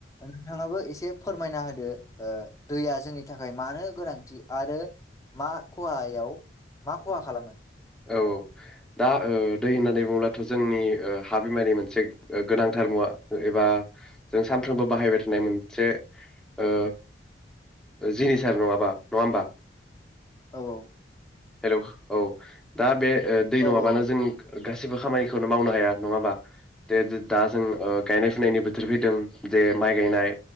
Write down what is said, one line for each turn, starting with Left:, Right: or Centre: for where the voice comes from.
Left: नोंथांङाबो एसे फोरमायना होदो ओ दैया जोंनि थाखाय मानो गोनांथि आरो मा खहायाव मा खहा खालामो?
Centre: औ औ दा ओ दै होननानै बुङोब्लाथ' जोंनि ओ हा बिमानि मोनसे गोनांथार मुवा एबा जों सानफ्रोमबो बाहायबाय थानाय मोनसे ओ जिनिसार नंङाबा नङा ओनबा?
Left: औ औ
Centre: हेलौ औ दा बे ओ दै
Left: औ
Centre: नंङा
Left: औ
Centre: बानो जों गासैबो खामानिखौनो मावनो हाया नङा ओमबा दे दे दा जों ओ गायनाय फुनायनि बोथोर फैदों जे माइ गायनाय